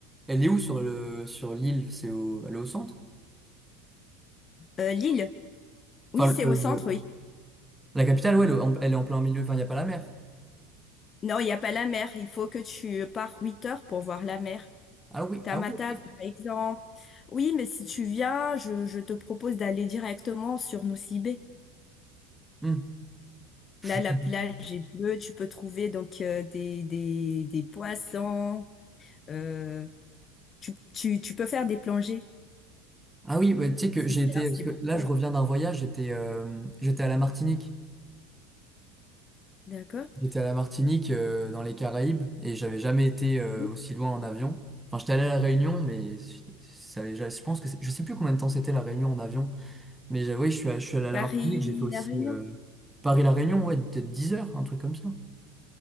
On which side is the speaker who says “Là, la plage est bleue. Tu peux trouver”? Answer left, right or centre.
Left